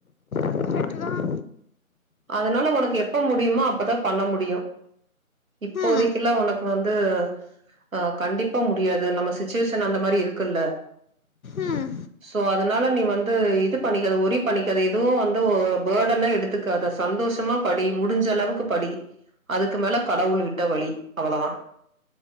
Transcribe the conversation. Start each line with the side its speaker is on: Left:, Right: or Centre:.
Left: கரெக்ட்டு தான்
Right: அதனால உனக்கு எப்ப முடியுமோ அப்பதா பண்ண முடியு இப்போதைக்கெல்லா
Left: ம்
Right: உனக்கு இப்ப வந்து ஆ கண்டிப்பா முடியாது நம்ம சுச்சுவேஷன் அந்த மாரி இருக்குல்ல
Left: ம்
Right: சோ அதனால நீ வந்து இது பண்ணிக்காத ஒரி பண்ணிக்காத இதுவு வந்து ஆ பர்டனா எடுத்துக்காத சந்தோஷமா படி முடிஞ்ச அளவுக்கு படி அதுக்கு மேல கடவுள் விட்ட வழி அவ்ளதா.